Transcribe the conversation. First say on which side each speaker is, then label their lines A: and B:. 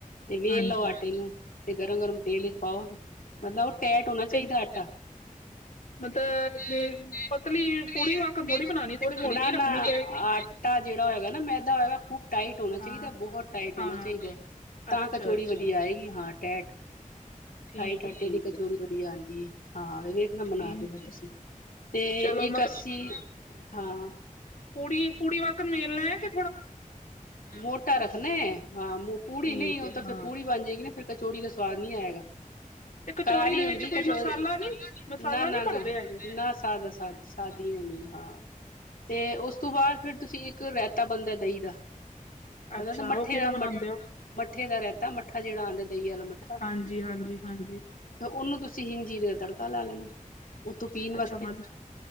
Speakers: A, on the left (about 80°); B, on the left (about 65°).
A: ਤੇ ਵੇਲ
B: ਹਾਂਜੀ
A: ਲਓ ਆਟੇ ਨੂੰ। ਤੇ ਗਰਮ-ਗਰਮ ਤੇਲ ਵਿਚ ਪਾਓ, ਮਤਲਬ ਓ ਟੈਟ ਹੋਨਾ
B: ਤੇ
A: ਚਾਈਦੈ ਆਟਾ।
B: ਮਤਲਬ
A: ਪਤਾ
B: ਤੇ
A: ਕੇ
B: ਪਤਲੀ
A: ਪਤਲੀ
B: ਵਾਕਣ
A: ਪੂੜੀ
B: ਥੋੜ੍ਹੀ
A: ਵਾਂਗੂੰ
B: ਬਣਾਣੀ
A: ਪੂੜੀ
B: ਥੋੜ੍ਹੀ
A: ਬਨਾਨੀ
B: ਮੋਟੀ
A: ਐ ਨਾ ਨਾ
B: ਰੱਖਣੀ ਪਏਗੀ
A: ਆਟ ਆਟਾ ਜੇੜਾ ਹੋਏਗਾ ਨਾ ਮੈ ਹੋਏਗਾ ਖੂਬ ਟਾਈਟ ਹੋਨਾ ਚਾਈਦਾ
B: ਹਾਂ
A: ਬਹੁ ਟਾਈਟ
B: ਹਾਂ
A: ਹੋਨਾ ਚਾਈਦਾ ਤਾਂ
B: ਅੱਛਾ
A: ਕਚੋੜੀ
B: ਅੱਛਾ
A: ਵਦੀਆ ਆਏਗੀ ਹਾਂ। ਟੈਟ
B: ਠੀਕ
A: ਟਾਈਟ
B: ਹੈ
A: ਆਟੇ
B: ਠੀਕ
A: ਦੀ ਕਚੋੜੀ
B: ਹੈ
A: ਵਦੀਆ ਆਂਦੀ ਏ, ਹਾਂ ਏ ਵੇਖਨਾ
B: ਠੀਕ
A: ਬਨਾ ਕੇ ਫੇਰ
B: ਹੈ
A: ਤੁਸੀਂ। ਤੇ
B: ਚਲੋ
A: ਇੱਕ ਅਸੀਂ, ਹਾਂ
B: ਪੂੜੀ-ਪੂੜੀ ਵਾਕਨ ਵੇਲਨਾ ਕੇ
A: ਮੋਟਾ ਰੱਖਨਾ ਹਾਂ ਪੂੜੀ
B: ਠੀਕ
A: ਨਈ ਓ
B: ਹੈ
A: ਤਾਂ
B: ਹਾਂ
A: ਫੇਰ ਪੂੜੀ ਬਨ ਜਾਏਗੀ ਨਾ ਫ਼ੇਰ ਕਚੋੜੀ ਦਾ ਸਵਾਦ ਨੀ ਆਏਗਾ।
B: ਤੇ ਕਚੋਰੀ
A: ਕਰਾਰੀ
B: ਦੇ
A: ਹੁੰਦੀ
B: ਵਿੱਚ ਕੋਈ
A: ਏ ਕਚੋਰੀ
B: ਮਸਾਲਾ ਨਹੀਂ ਮਸਾਲਾ
A: ਨਾ-ਨਾ-ਨਾ-ਨਾ
B: ਨਹੀਂ ਭਰਦੇ ਹੈਗੇ
A: ਸਾਦਾ ਆ ਸਾਦਾ ਸਾਦੀ ਹੁੰਦੀ ਏ ਹਾਂ। ਤੇ ਓਸ ਤੋਂ ਬਾਦ ਫਿਰ ਤੁਸੀਂ ਇੱਕ ਰੈਤਾ ਬਨਦੈ ਦਈਂ ਦਾ।
B: ਅੱਛਾ
A: ਮਤਲਬ ਮੱਠੇ
B: ਉਹ ਕਿਵੇਂ
A: ਦਾ
B: ਬਣਾਉਂਦੇ
A: ਮ
B: ਹੋ
A: ਮੱਠੇ ਦਾ ਰੈਤਾ ਮੱਠਾ ਜੇੜਾ ਆਂਦਾ ਦਈਂ ਵਾਲਾ ਮੱਠਾ।
B: ਹਾਂਜੀ ਹਾਂਜੀ ਹਾਂਜੀ
A: ਤੇ ਓਨੂੰ ਤੁਸੀਂ ਹਿੰਗ ਜੀਰੇ ਦਾ ਤੜਕਾ ਲਾ ਲੈਨਾ ਓ ਤੋ ਪੀਨ
B: ਅੱਛਾ
A: ਵਾਸਤੇ।
B: ਮਤਲਬ